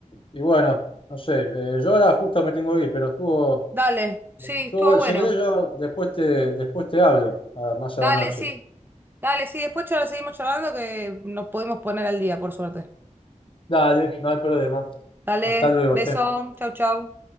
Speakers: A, on the left; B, on the right.
A: y bueno, no sé, eh, yo ahora justo me tengo que ir, pero estuvo,
B: Dale, sí,
A: estuvo
B: estuvo
A: bueno.
B: bueno.
A: Si querés yo después te, después te hablo, ah, más
B: Dale,
A: a la noche.
B: sí. Dale, sí. Después lo seguimos charlando que nos podemos poner al día, por suerte.
A: Dale, no hay problema.
B: Dale,
A: Hasta luego,
B: beso.
A: che.
B: Chau, chau.